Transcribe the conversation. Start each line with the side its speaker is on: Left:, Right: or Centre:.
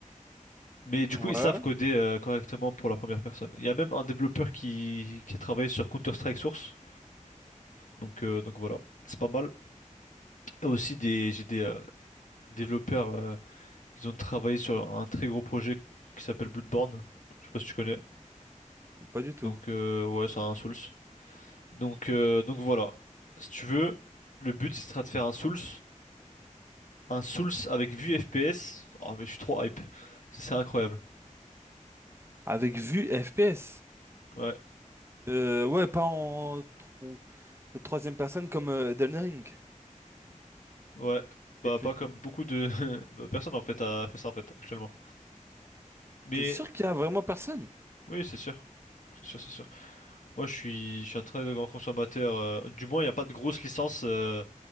Left: Mais du
Right: Ouais,
Left: coup, ils savent coder euh, correctement pour la première personne. Il y a même un développeur qui, qui a travaillé sur Counter-Strike Source, donc, euh, donc voilà, c'est pas mal. Et aussi, des, j'ai des euh, développeurs euh, qui ont travaillé sur un très gros projet qui s'appelle Bloodborne. Je sais pas si tu connais.
Right: pas du tout.
Left: Donc euh, ouais, c'est un Souls. Donc, euh, donc voilà, si tu veux, le but, ce sera de faire un Souls. Un Souls avec vue FPS. Oh, mais je suis trop hype. Ce serait incroyable.
Right: Avec vue FPS.
Left: Ouais.
Right: Euh, ouais, pas en tro- troisième personne comme euh, Elden Ring.
Left: Ouais, bah
Right: Et puis,
Left: pas comme beaucoup de <laughs> bah, personne en fait a fait ça en fait actuellement. Mais
Right: t'es sûr qu'il y a vraiment personne?
Left: oui, c'est sûr. C'est sûr, c'est sûr. Moi, je suis, je suis un très grand consommateur. euh, Du moins, il n'y a pas de grosse licence euh,